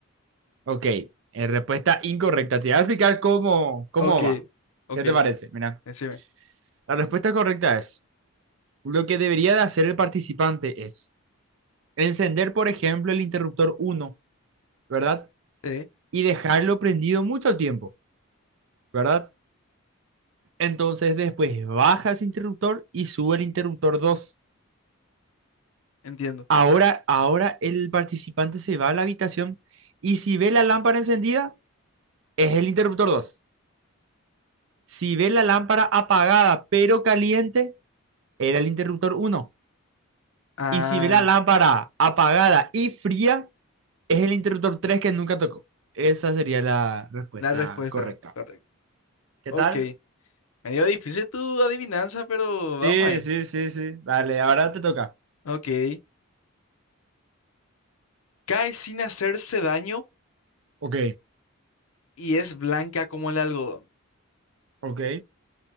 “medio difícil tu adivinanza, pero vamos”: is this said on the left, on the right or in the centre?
Left